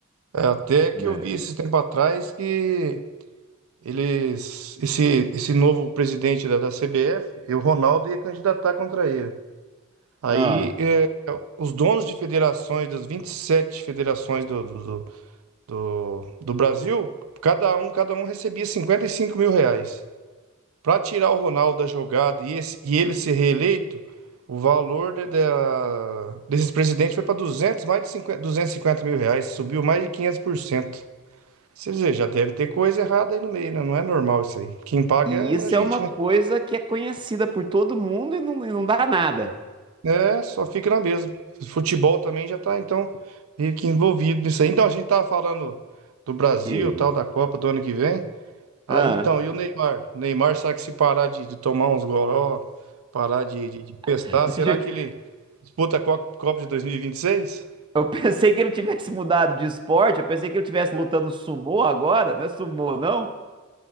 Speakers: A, on the right (about 75°); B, on the right (about 25°).
A: é, até que
B: É.
A: eu vi esse tempo atrás que eles, esse, esse novo presidente da, da CBF, e o Ronaldo ia candidatar contra ele. Aí
B: Ah,
A: é, os donos de federações, das 27 federações do, do, do, do Brasil, cada um, cada um recebia 55 mil reais. Para tirar o Ronaldo da jogada e, esse- e ele ser reeleito, o valor de- da- desses presidentes foi para 200 mais de cinquenta duzentos e cinquenta mil reais, subiu mais de quinhentos por cento Você dizer, já deve ter coisa errada aí no meio, né? Não é normal isso aí. Quem paga
B: E
A: é
B: isso
A: a gente,
B: é uma coisa
A: né?
B: que é conhecida por todo mundo e não, e não dá nada.
A: É, só fica na mesma. Futebol também já tá, então, meio que envolvido nisso aí. Então, a gente tava falando do Brasil,
B: Que isso.
A: tal, da Copa do ano que vem. Aí
B: Ah,
A: então, e o Neymar? O Neymar, será que se parar de, de tomar uns goró, parar de, de, de festar,
B: <laughs> deixa
A: será
B: eu
A: que ele disputa a Co- Copa de 2026?
B: eu pensei que ele tivesse mudado de esporte, eu pensei que ele tivesse lutando sumô agora, não é sumô, não?